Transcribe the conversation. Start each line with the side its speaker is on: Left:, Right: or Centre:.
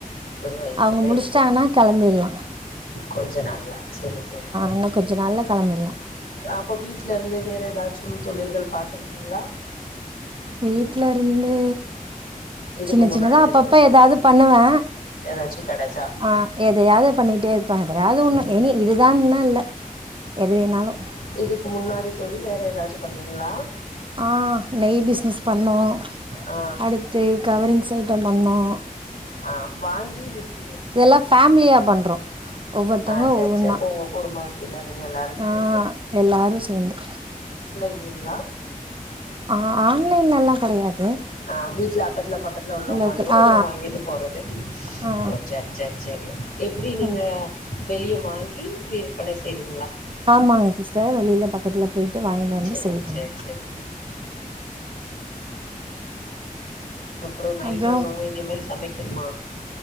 Left: ஒரு வயசு
Right: அவங்க
Left: சேரி
Right: முடிச்சிட்டாங்கன்னா
Left: சேரி
Right: கெளம்பில்லா
Left: கொஞ்ச நாள்ல செரி செரிங் தமி
Right: இன்னும் கொஞ்சம் நாள்ல கிளம்பிடலாம்
Left: அப்ப வீட்டு வீட்ல இருந்து வேற ஏதாச்சு தொழில்கள் பாத்துருக்கீங்களா
Right: வீட்ல இருந்து
Left: இதுக்கு
Right: சின்ன
Left: முன்னாடி
Right: சின்னதா அப்பப்ப
Left: எதுவும் செய்யல
Right: எதாவது பண்ணுவே
Left: ஏதாச்சும் கெடச்சா
Right: அ எதையாவது பண்ணிட்டே இருப்பே எப்பயாவது ஒண்ணு
Left: ம்
Right: ஏனி இதுதான்லா இல்ல எது வேணாலு
Left: இதுக்கு முன்னாடி தோழி வேற ஏதாச்சு பண்ணிங்ளா
Right: ஆ நெய் பிசினஸ் பண்ணோ
Left: ஆ
Right: அடுத்து கவரிங் ஸ்வீட்டு பண்ணோ
Left: ஆ வாங்கி விப்
Right: இதெல்லா ஃபேமிலியா பண்றோ ஒவ்வொருத்தவங்க
Left: ஆ சரி
Right: ஒவ்வொன்னா
Left: சரி உங்க குடும்பத்தினருங்க எல்லாரு சேர்ந்து
Right: ஆ எல்லாரு சேந்து
Left: இல்லைங்ளா
Right: ஆ ஆன்லைனெல்லா கெடையாது
Left: அ வீட்ல அக்கத்துல பக்கத்துல உள்ளவங்க
Right: லோக்கல்
Left: வந்து
Right: ஆ
Left: வாங்கிட்டு போறது
Right: ஆ
Left: ஓ செர் செர் செரி எப்படி நீங்க
Right: ம்
Left: வெளிய வாங்கி விற்பனை செய்றிங்
Right: ஆமாங்க சிஸ்டர் வெளியில பக்கத்துல போயிட்டு வாங்கிட்டு வந்து
Left: சரி
Right: சேல் பண்ணு
Left: சரி சரி அப்புற நைட்டு
Right: அப்றோ
Left: உணவு இனிமேல் சமைக் கனுமா